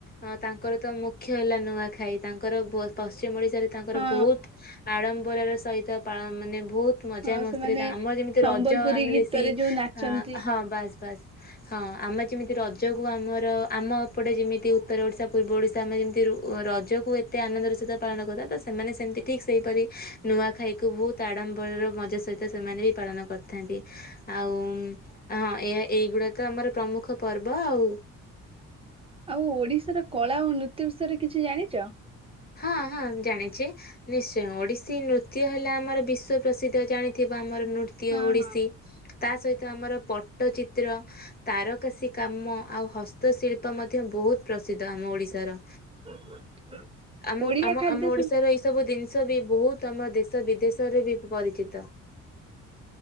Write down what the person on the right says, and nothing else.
ହଁ
ହଁ
ସେମାନେ
ସମ୍ବଲପୁରୀ
ଗୀତରେ
ଯୋଉ ନାଚନ୍ତି
ଆଉ ଓଡିଶାର କଳା ଓ ନୃତ୍ୟ ବିଷୟରେ କିଛି ଜାଣିଛ?
ହଁ
ହଁ
<inaudible>
ଓଡିଆ
ଖାଦ୍ୟ
ସଂସ୍